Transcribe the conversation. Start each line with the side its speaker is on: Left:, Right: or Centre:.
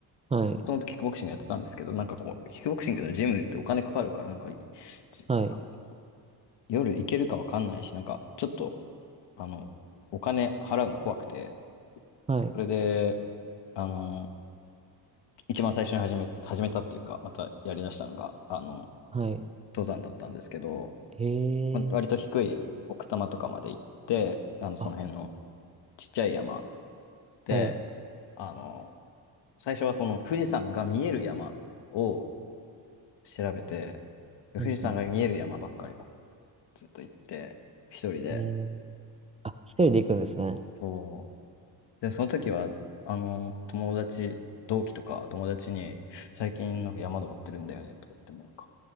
Right: はい、
Left: もともとキックボクシングやってたんですけど、なんかこう、キックボクシングのジムってお金かかるから、なんか、じあの
Right: はい、
Left: 夜行けるか分かんないし、なんか、ちょっと、あの、お金払うの怖くて、
Right: はい、
Left: それで、あの、一番最初に始め、始めたっていうか、またやりだしたのが、あの、
Right: はい。
Left: 登山だったんですけど、
Right: へ
Left: ま割と低い奥多摩とかまで行って、
Right: え、
Left: あの、その辺の
Right: あ、
Left: ちっちゃい山で、
Right: はい、
Left: あの、最初はその富士山が見える山を調べて、で富士山が見える山ばっかりこ
Right: うんう
Left: う、ずっと行って、一人で。
Right: ん。へえ、あ、一人で行くんですね。
Left: そう。で、その時は、あの、友達、同期とか友達に、最近なんか山登ってるんだよね、とか言ってもなんか、